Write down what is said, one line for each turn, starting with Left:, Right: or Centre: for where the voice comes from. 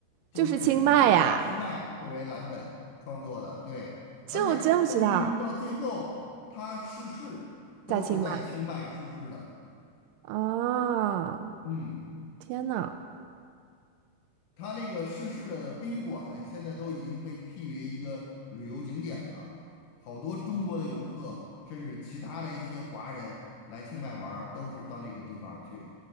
Left: 就是以这个清迈作为蓝本创作的，
Right: 就是清迈呀，
Left: 对。
Right: 这我真不知道，
Left: 而且邓丽君到最后她逝世都是在清迈逝世的，
Right: 在清迈啊，
Left: 嗯。
Right: 天呐，
Left: 它那个逝世的宾馆现在都已经被辟为一个旅游景点了，好多中国的游客，甚至其他的一些华人来清迈玩儿，都是到那个地方去，